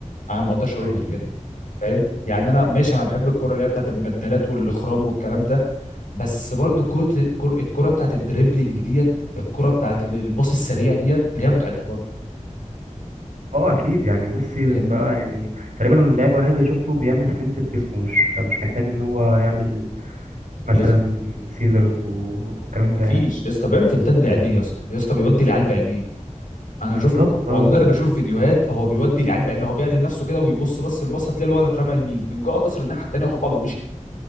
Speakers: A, on the left; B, on the right.
A: انا ما اقدرش اقول
B: ايوه
A: غير كده فاهم يعني انا ماشي انا بحب الكرة اللي هي بتاعت البدلات والاخرام والكلام ده بس برضو كرة الكر- الكرة بتاعت الدريبلينج ديت الكرة بتاعت ال- الباص السريع ديت اللي هي متعتها برضو
B: اه اكيد يعني ميسي
A: فاهمني
B: بقى يعني تقريبا اللاعب الوحيد اللي شفته بيعمل فينت بجسمه مش مش محتاج ان هو يعمل مثلا
A: يا اسطى
B: سيزرز والكلام
A: مفيش
B: ده يعني
A: يا اسطى بيعمل فنتات بعينيه يا اسطى يا اسطى بيودي العيال بعينيه انا
B: بالظبط
A: شفت والله
B: اه
A: بشوف فيديوهات هو بيودي العيال بعينيه هو بيعدل نفسه كده ويبص بس البصه تلاقي الولد اترمى يمين يقوم جاي كسر الناحيه التانيه وخد بعضه ومشي